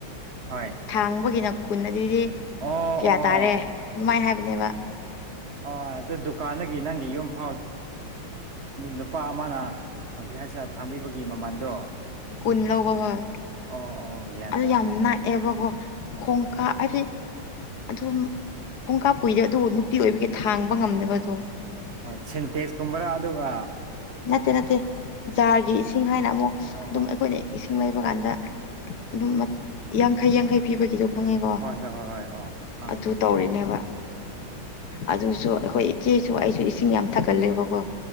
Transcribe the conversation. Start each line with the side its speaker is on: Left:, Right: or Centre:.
Right: ꯍꯣꯏ
Left: ꯊꯥꯡꯕꯒꯤꯅ ꯀꯨꯟ ꯑꯗꯨꯗꯤ
Right: ꯑꯣ ꯑꯣ
Left: ꯀꯌꯥ
Right: ꯑꯣ
Left: ꯇꯥꯔꯦ ꯑꯗꯨꯃꯥꯏꯅ ꯍꯥꯏꯕ ꯕ
Right: ꯑꯣ ꯑꯗꯨ ꯗꯨꯀꯥꯟꯗꯒꯤ ꯅꯪꯒꯤ ꯌꯨꯝ ꯐꯥꯎ ꯅꯨꯄꯥ ꯑꯃꯅ ꯑꯗꯨ ꯍꯥꯏꯁꯤꯅ ꯊꯥꯡꯕꯤꯕꯒꯤ ꯃꯃꯜꯗꯣ
Left: ꯀꯨꯟꯂ ꯀꯍꯣꯏ
Right: ꯑꯣ ꯑꯣ ꯑꯣ ꯒ꯭ꯌꯥꯟ
Left: ꯑꯗꯨ
Right: ꯇꯥꯔꯦ
Left: ꯌꯥꯝ
Right: ꯇꯥꯔꯦ
Left: ꯅꯥꯛꯑꯦꯕꯀꯣ ꯈꯣꯡꯀꯥꯞ
Right: ꯍꯣꯏ
Left: ꯍꯥꯏꯗꯤ ꯑꯗꯨꯝ ꯈꯣꯡꯀꯥꯞ ꯀꯨꯏꯗꯦ ꯑꯗꯨꯕꯨ ꯅꯨꯄꯤ ꯑꯣꯏꯕꯒꯤ ꯊꯥꯡꯕ ꯉꯝꯅꯕꯗꯣ
Right: ꯍꯣꯏ ꯁꯤꯟꯇꯦꯁꯀꯨꯝꯕ꯭ꯔꯥ ꯑꯗꯨꯒ
Left: ꯅꯠꯇꯦ ꯅꯠꯇꯦ ꯖꯥꯔꯒꯤ ꯏꯁꯤꯡ ꯍꯥꯏꯅ ꯑꯃꯨꯛ
Right: ꯑꯣ
Left: ꯑꯗꯨꯝ ꯑꯩꯈꯣꯏꯅꯁꯤꯡ ꯂꯩꯕ ꯀꯥꯟꯗ ꯑꯗꯨꯝ ꯌꯥꯡꯈꯩ ꯌꯥꯡꯈꯩ ꯄꯤꯕꯒꯤꯗ ꯈꯪꯉꯦꯀꯣ
Right: ꯍꯣꯏ ꯍꯣꯏ ꯍꯣꯏ ꯍꯣꯏ ꯑꯥ ꯈꯪꯉꯦ
Left: ꯑꯗꯨ
Right: ꯈꯪꯉꯦ
Left: ꯇꯧꯔꯤꯅꯦꯕ ꯑꯗꯨꯁꯨ ꯑꯩꯈꯣꯏ ꯏꯆꯦꯁꯨ ꯑꯩꯁꯨ ꯏꯁꯤꯡ ꯌꯥꯝ ꯊꯛꯒꯠꯂꯦꯕꯀꯣ